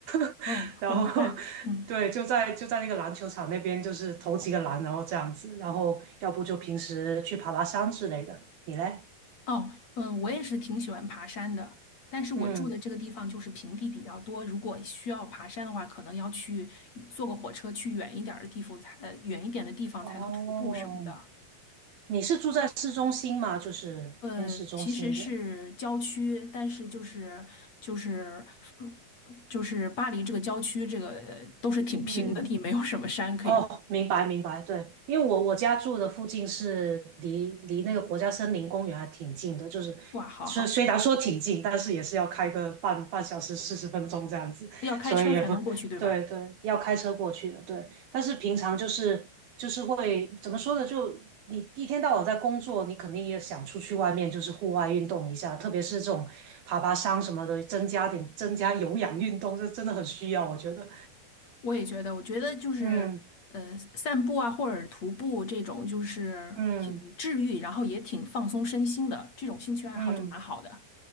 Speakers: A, on the right; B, on the left.
A: <laughs>
B: 嗯，
A: 然后，
B: 我明白。嗯。
A: 对，就在就在那个篮球场那边，就是投几个篮，然后这样子。然后，要不就平时去爬爬山之类的。你嘞？
B: 哦，嗯，我也是挺喜欢爬山的，但是我住的这个地方就是平地比较多，
A: 嗯，
B: 如果需要爬山的话，可能要去坐个火车去远一点儿的地方才，呃，远一点的地方才能徒步什么的。
A: 哦，你是住在市中心吗？就是偏市中心一点。
B: 呃，其实是郊区，但是就是就是呃就是巴黎这个郊区，这个呃都是挺平的地，
A: 嗯。
B: 没有什么山可以。
A: 哦，明白明白，对，因为我我家住的附近是离离那个国家森林公园还挺近的，就是虽虽然说挺近，
B: 哇，好好，
A: 但是也是要开个半半小时四十分钟这样子，
B: 要开车才能过去，
A: 所以也不对对，
B: 对吧？
A: 要开车过去的，对。但是平常就是就是会怎么说呢？就你一天到晚在工作，你肯定也想出去外面就是户外运动一下，特别是这种爬爬山什么的，增加点增加有氧运动，这真的很需要，我觉得。
B: 我也觉得，我觉得就是呃，
A: 嗯
B: 散步啊，或者徒步这种，就是挺治愈，
A: 嗯。
B: 然后也挺放松身心的，这种兴趣爱好就蛮好的。
A: 嗯